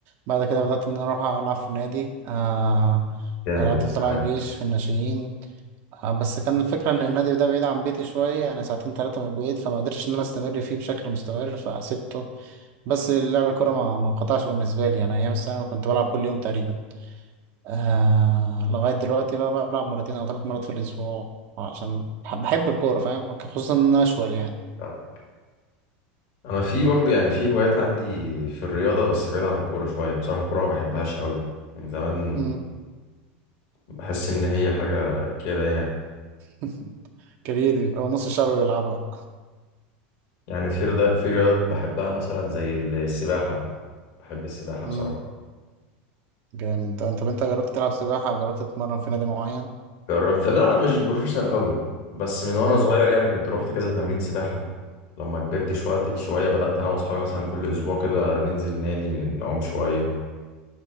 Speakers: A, on the right; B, on the left.
A: بعد كده بدأت إن أنا أروح ألعب في النادي آه
B: جامد
A: لعبت
B: والله
A: في طلائع
B: عارف
A: الجيش في الناشئين آه، بس كان الفكرة إن النادي ده بعيد عن بيتي شوية يعني ساعتين تلاتة من البيت فما قدرتش إن أنا أستمر فيه بشكل مستمر فسبته بس لعب الكورة ما ما انقطعش بالنسبة لي أنا أيام الثانوي كنت بلعب كل يوم تقريبا آه لغاية دلوقتي بقى بلعب مرتين أو ثلاث مرات في الأسبوع عشان بح- بحب الكورة فاهم خصوصا إن أنا أشول يعني
B: آه. انا في برضو يعني في هوايات عندي في الرياضة بس بعيد عن الكورة شوية بصراحة الكورة ما بحبهاش قوي من زمان
A: مم.
B: بحس ان هي حاجة كده يعني
A: <laughs> كريدي أو نص الشعب بيلعبها
B: يعني في رياضة في رياضات بحبها مثلا زي السباحة بحب السباحة
A: مم.
B: بصراحة
A: جامد ده. طب أنت جربت تلعب سباحة أو جربت تتمرن في نادي معين؟
B: جربت لا لا مش بروفيشنال قوي بس من وانا
A: مم.
B: صغير يعني كنت روحت كذا تمرين سباحة لما كبرت شوية شوية بدأت انا واصحابي مثلا كل اسبوع كده ننزل نادي نعوم شوية